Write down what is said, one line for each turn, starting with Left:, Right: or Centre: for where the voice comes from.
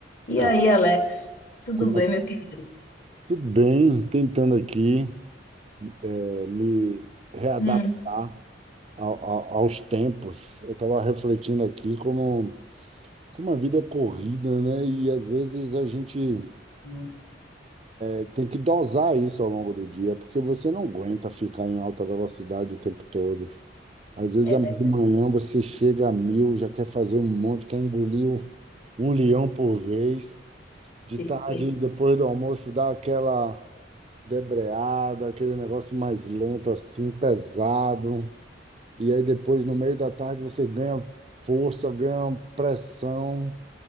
Left: E
Right: Tá.
Left: aí, Alex? Tudo
Right: Como
Left: bem,
Right: é que-
Left: meu querido?
Right: Tudo bem, tentando aqui eh, me readaptar
Left: Hum,
Right: ao- ao- aos tempos. Eu estava refletindo aqui como, como a vida é corrida, né? E às vezes a gente
Left: hum,
Right: eh, tem que dosar isso ao longo do dia, porque você não aguenta ficar em alta velocidade o tempo todo. Às vezes
Left: é verdade.
Right: de manhã você chega a mil, já quer fazer um monte, quer engolir um um leão por vez. De
Left: <laughs>
Right: tarde, depois do almoço, dá aquela. debreada, aquele negócio mais lento assim, pesado. E aí depois, no meio da tarde, você ganha força, ganha pressão.